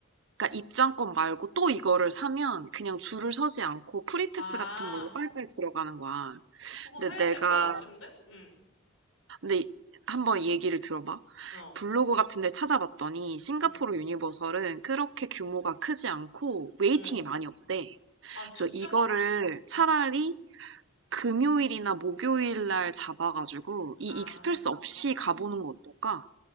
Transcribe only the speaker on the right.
그러니까 입장권 말고 또 이거를 사면 그냥 줄을 서지 않고 프리패스
같은 걸로 빨빨 들어가는 거야.
근데
내가
근데 한번 얘기를 들어봐.
블로그 같은 데 찾아봤더니 싱가포르
유니버설은 그렇게 규모가 크지 않고 웨이팅이
많이 없대.
그래서 이거를 차라리
금요일이나 목요일 날 잡아가지고 이
익스프레스 없이 가보는 거 어떨까?